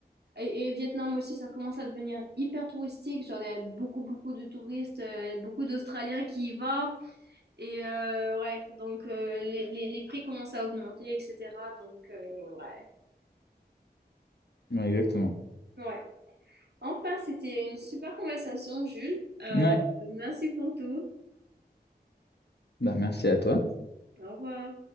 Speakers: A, on the right (about 75°); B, on the left (about 75°).
A: Et, et Vietnam aussi, ça commence à devenir hyper touristique. Genre, il y a beaucoup, beaucoup de touristes, euh, beaucoup d'Australiens qui y vont. Et euh, ouais, donc euh, les, les- les prix commencent à augmenter, etc. Donc, euh, ouais.
B: Ouais, exactement.
A: Ouais. Enfin, c'était une super conversation, Jules. Euh,
B: Ouais,
A: merci pour tout.
B: bah merci à toi.
A: Au revoir.